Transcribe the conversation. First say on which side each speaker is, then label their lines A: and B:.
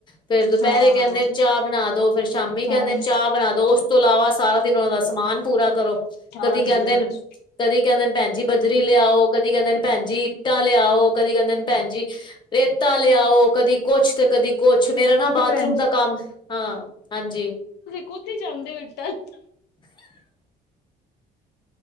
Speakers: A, on the left; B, on the left.
A: ਫੇਰ ਦੁਪਹਿਰੇ
B: ਹਾਂ
A: ਕਹਿੰਦੇ ਨੇ ਚਾਹ ਬਣਾ ਦੋ ਫੇਰ ਸ਼ਾਮੀ ਕਹਿੰਦੇ
B: ਹਾਂਜੀ,
A: ਚਾਹ ਬਣਾ ਦੋ ਉਸ ਤੋਂ ਇਲਾਵਾ। ਸਾਰਾ ਦਿਨ ਉਹਨਾਂ ਦਾ ਸਮਾਨ ਪੂਰਾ ਕਰੋ
B: ਹਾਂਜੀ-ਹਾਂਜੀ
A: ਕਦੀ ਕਹਿੰਦੇ ਨੇ ਕਦੀ ਕਹਿੰਦੇ ਭੈਣ ਜੀ। ਬਜ਼ਰੀ ਲਿਆਓ ਕਦੀ ਕਹਿੰਦੇ ਨੇ ਭੈਣ ਜੀ ਇੱਟਾਂ ਲਿਆਓ। ਕਦੀ ਕਹਿੰਦੇ ਨੇ ਭੈਣ ਜੀ ਰੇਤਾ ਲਿਆਓ ਕਦੀ ਕੁਛ ਤੇ ਕਦੀ। ਕੁਛ ਮੇਰਾ ਨਾ
B: ਤੇ
A: ਬਾਥਰੂਮ
B: ਭੈਣ ਜੀ
A: ਦਾ ਕੰਮ ਹਾਂ ਹਾਂਜੀ।
B: ਕੁਥਤੀ ਚਝਾਦੇ ਉਠਟ <unintelligible>
A: <inaudible>